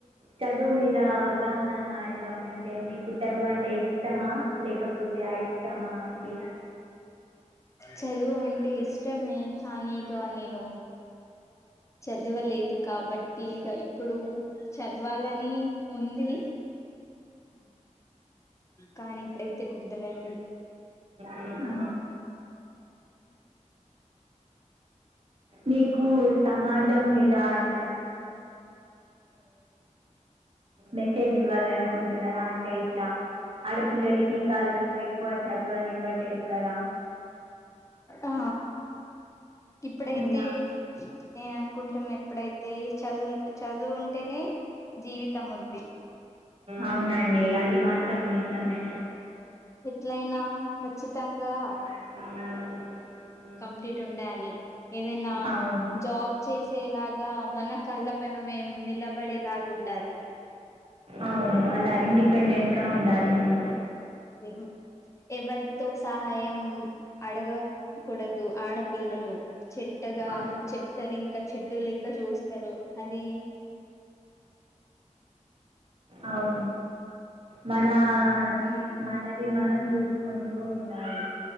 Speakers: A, on the right; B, on the left.
A: చదువు మీద అవగాహన ఎలా ఉందంటే మీకు చదువు అంటే ఇష్టమా లేకపోతే ఆఇష్టమా అండి.
B: చదువు అంటే ఇష్టమే కానీ ఇగ నేను చదవలేదు కాబట్టి ఇగ ఇప్పుడు చదవాలని ఉంది కానీ ఇప్పుడైతే కుదరది
A: అవునా మీకు సమాజం మీద ఆ మెసేజ్ ఇవ్వాలని అనుకుంటున్నారా అంటే ఇట్లా ఆడపిల్లలకి ఈ కాలంలో ఎక్కువ చదువనివ్వట్లేదు కదా
B: ఆ ఇప్పుడైతే
A: అలా
B: నేను అనుకుంటున్నా ఇప్పుడైతే చదువు చదువు ఉంటేనే జీవితం ఉంది
A: అవునండి అది మాత్ర సమ మీతమే
B: ఎట్లయినా కచ్చిత మతంగా
A: ఆ
B: కంప్లీట్ ఉండాలి ఏదైనా
A: అవును
B: జాబ్ చేసి వచ్చేలాగా మన కాళ్ళ పన మేం నిలబడేలాగా ఉండాలి
A: అవును అలా ఇండిపెండెంట్ గా ఉండాలి మనం
B: ఉ ఎవరితో సహాయం అడగ కుడదు ఆడ పిల్లలు చెడ్డగా
A: అవును
B: చెప్తారు ఇంకా ఇక్క చెడ్డు లేక్క చూస్తారు అది
A: అవు మన ఆ
B: హ్మ్
A: మనది మనం చూసుకుంటూ ఉన్నాడు